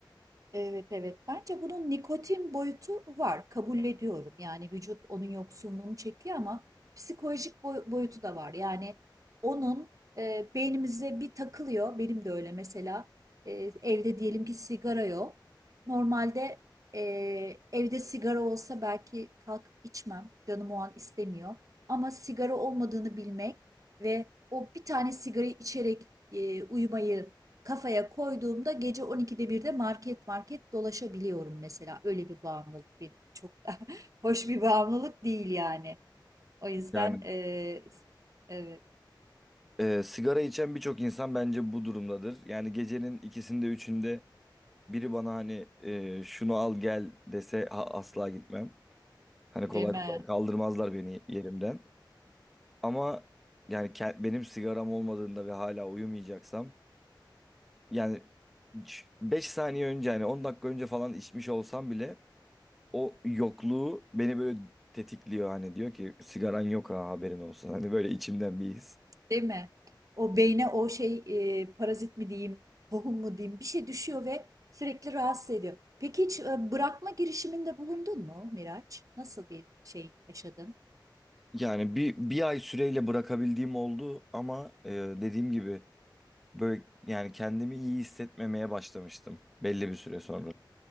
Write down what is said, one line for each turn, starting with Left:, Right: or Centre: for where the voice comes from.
Right: Evet evet. Bence bunun nikotin boyutu var. Kabul ediyorum. Yani vücut onun yoksunluğunu çekiyor ama psikolojik boy- boyutu da var. Yani onun e, beynimize bir takılıyor. Benim de öyle mesela. E, evde diyelim ki sigara yok. Normalde e, evde sigara olsa belki kalkıp içmem. Canım o an istemiyor. Ama sigara olmadığını bilmek ve o bir tane sigarayı içerek e, uyumayı kafaya koyduğumda gece 12'de birde market market dolaşabiliyorum mesela. Öyle bir bağımlılık benim çok da <laughs> hoş bir bağımlılık değil yani. O yüzden
Centre: Yani
Right: eee evet
Centre: Ee, sigara içen birçok insan bence bu durumdadır. Yani gecenin ikisinde üçünde biri bana hani e, şunu al gel dese ha- asla gitmem. Hani kolay
Right: deme
Centre: kolay kaldırmazlar beni yerimden. Ama yani ke- benim sigaram olmadığında ve hala uyumayacaksam yani 5 saniye önce hani 10 dakika önce falan içmiş olsam bile o yokluğu beni böyle tetikliyor hani diyor ki sigaran yok ha haberin olsun. Hani böyle içimden bir his.
Right: deme. O beyne o şey eee, parazit mi diyeyim, tohum mu diyeyim bir şey düşüyor ve sürekli rahatsız ediyor. Peki hiç e, bırakma girişiminde bulundun mu Miraç? Nasıl bir şey yaşadın?
Centre: Yani bir, bir ay süreyle bırakabildiğim oldu ama e, dediğim gibi böyle yani kendimi iyi hissetmemeye başlamıştım belli bir süre sonra.